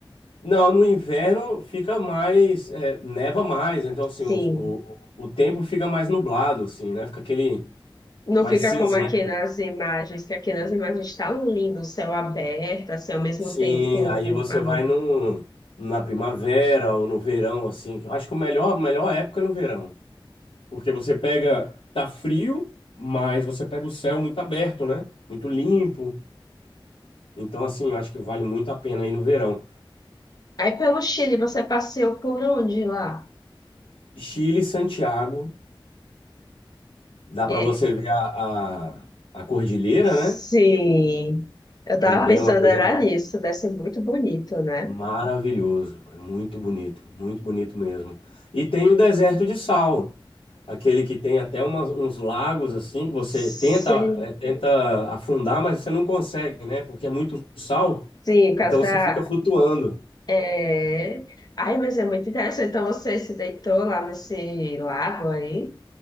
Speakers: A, on the left; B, on the left.
A: não, no inverno fica mais, é, neva mais, então assim,
B: Sim.
A: o, o, o tempo fica mais nublado, assim, né? Fica aquele
B: Não
A: mais
B: fica
A: cinzento.
B: como aqui nas imagens, que aqui nas imagens está lindo, o céu aberto, assim, ao mesmo
A: Sim,
B: tempo.
A: aí você
B: Ah,
A: vai
B: não.
A: num, na primavera ou no verão, assim. Eu Acho que o melhor, a melhor época é no verão. Porque você pega, tá frio, mas você pega o céu muito aberto, né? Muito limpo. Então, assim, eu acho que vale muito a pena ir no verão.
B: Aí pelo Chile, você passeou por onde lá?
A: Chile e Santiago, dá
B: E-
A: pra você ver a, a, a cordilheira,
B: Sim.
A: né?
B: Eu tava
A: Também
B: pensando,
A: é uma coisa.
B: era nisso, deve ser muito bonito, né?
A: Maravilhoso, é muito bonito, muito bonito mesmo. E tem o deserto de sal, aquele que tem até umas- uns lagos assim que você
B: Sim.
A: tenta, eh, tenta afundar, mas você não consegue, né? Porque é muito sal,
B: Sim, por
A: então
B: causa
A: você
B: da.
A: fica flutuando.
B: É... Ai, mas é muito interessante. Então você se deitou lá nesse lago aí,